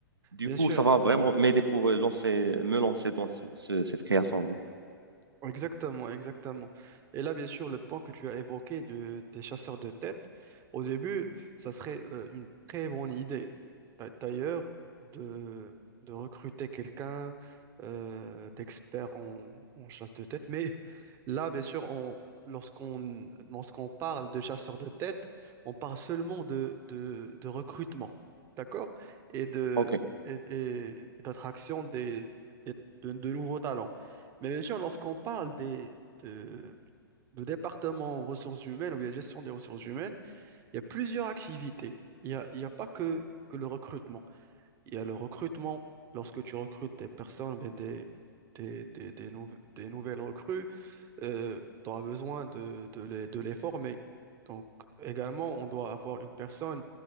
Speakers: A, on the right; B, on the right.
A: Du
B: Bien
A: coup,
B: sûr.
A: ça va vraiment m'aider pour euh, lancer, me lancer dans ce- ce- cette création-là.
B: Exactement, exactement. Et là, bien sûr, le point que tu as évoqué de- des chasseurs de tête, au début, ça serait euh, une très bonne idée. D'a- D'ailleurs, de, de recruter quelqu'un euh, d'expert en, en chasse de tête. Mais là, bien sûr, on, lorsqu'on lorsqu'on parle de chasseurs de tête, on parle seulement de, de, de recrutement, d'accord? Et de,
A: OK.
B: et, et- et d'attraction des, des- de de nouveaux talents. Mais bien sûr, lorsqu'on parle des, de, de département ressources humaines ou bien gestion des ressources humaines, il y a plusieurs activités. Il n'y a, il y a pas que, que le recrutement. Il y a le recrutement lorsque tu recrutes des personnes ou bien des, des, des, des nouve- des nouvelles recrues, euh, tu auras besoin de, de les, de les former. Donc également, on doit avoir une personne